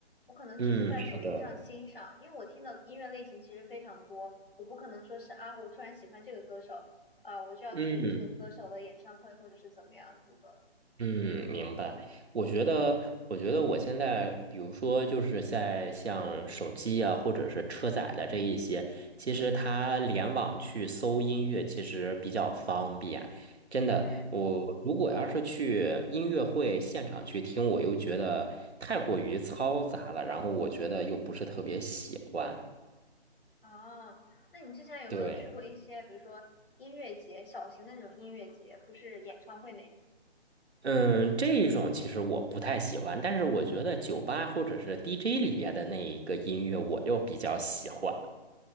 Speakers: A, on the left (about 55°); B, on the right (about 75°).
A: 我可能只是在手机上欣赏，
B: 嗯，是的，
A: 因为我听的音乐类型其实非常多，我不可能说是啊，我突然喜欢这个歌手啊，我就要去这个歌手的演唱会或者是怎么样子的。
B: 嗯。嗯，明白。我觉得，我觉得我现在，比如说，就是在像手机啊，或者是车载的这一些，其实它联网去搜音乐，其实比较方便。真的，
A: 嗯，
B: 我如果要是去音乐会现场去听，我又觉得太过于嘈杂了，然后我觉得又不是特别喜欢。
A: 啊，那你之前有没有去过一些，
B: 对。
A: 比如说音乐节，小型的那种音乐节，不是演唱会那种？
B: 嗯，这一种其实我不太喜欢，但是我觉得酒吧或者是 DJ 里边的那一个音乐，我又比较喜欢。